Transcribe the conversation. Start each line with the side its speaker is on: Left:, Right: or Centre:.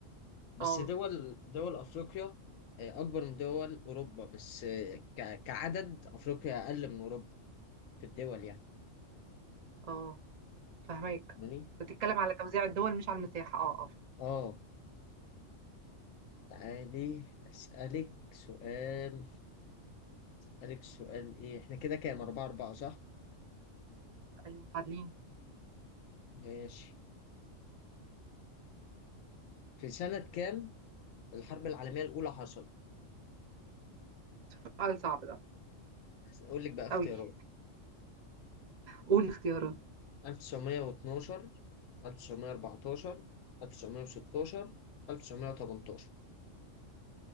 Left: بس
Right: اه
Left: دول دول أفريقيا آه، أكبر من دول أوروبا بس آه، ك- كعدد أفريقيا أقل من أوروبا في الدول يعني
Right: اه فهمك
Left: فاهماني؟
Right: بتتكلم على توزيع الدول مش على المساحة اه اه فهمت.
Left: أه تعالي أسألك سؤال أسألك سؤال إيه إحنا كده كام أربعة أربعة صح؟
Right: أيوه عادلين
Left: ماشي في سنة كام الحرب العالمية الأولى حصلت؟
Right: سؤال صعب ده
Left: أقول لك بقى اختيارات
Right: أوي قول الاختيارات
Left: 1912 1914 1916 1918